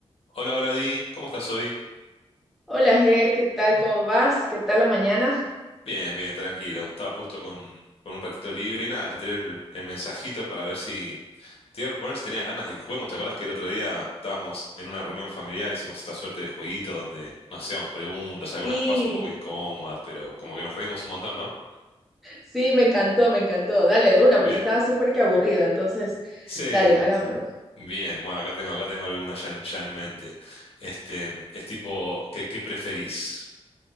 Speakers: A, on the left; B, in the centre.
A: Hola, hola Di, ¿cómo estás hoy?
B: Hola, Ger, ¿qué tal? ¿Cómo vas? ¿Qué tal la mañana?
A: Bien, bien, tranquilo. Estaba justo con, con un ratito libre y nada, te tiré el, el mensajito para ver si te iba a proponer si tenías ganas de que juguemos. ¿Te acordás que el otro día estábamos en una reunión familiar, hicimos esta suerte de jueguito donde nos hacíamos preguntas, algunas
B: Sí,
A: capaz un poco incómodas, pero como que nos reímos un montón, ¿no?
B: Sí, me encantó, me encantó. Dale de
A: Bi-
B: una,
A: Bien.
B: porque estaba súper que aburrida. Entonces,
A: Sí,
B: dale, hagámoslo.
A: bien. Bueno, acá tengo, acá tengo alguna ya en, ya en mente. Este, es tipo, ¿qué, qué preferís?